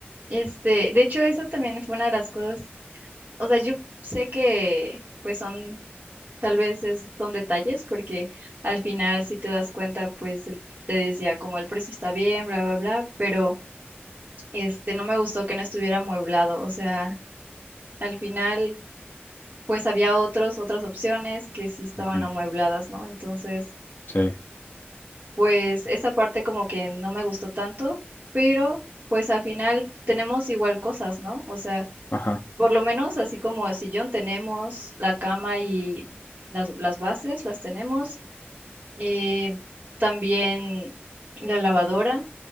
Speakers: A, on the right (about 50°); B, on the left (about 50°).
A: Este, de hecho, eso también fue una de las cosas. O sea, yo sé que pues son, tal vez es- son detalles, porque al final, si te das cuenta, pues el- te decía como el precio está bien, bla, bla, bla, pero este no me gustó que no estuviera amueblado. O sea, al final, pues había otros, otras opciones que sí estaban
B: Ujú,
A: amuebladas, ¿no? Entonces.
B: Sí,
A: pues esa parte como que no me gustó tanto, pero pues al final tenemos igual cosas, ¿no? O sea,
B: ajá.
A: por lo menos así como el sillón tenemos, la cama y las, las bases las tenemos, eh, también la lavadora,